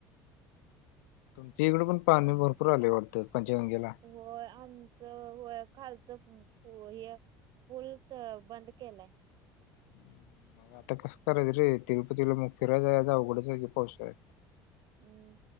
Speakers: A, on the left; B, on the right.
A: तुमच्या इकडडे पण पाणी
B: हम्म हम्म
A: भरपूर आले वाटतं पंचगंगेला.
B: होय आमचं होय खालचं हे. पूल तर बंद केलाय.
A: मग आता कसं करायचं रे तिरुपतीला मग फिराय उघड्याचा पावसा आहे.
B: हम्म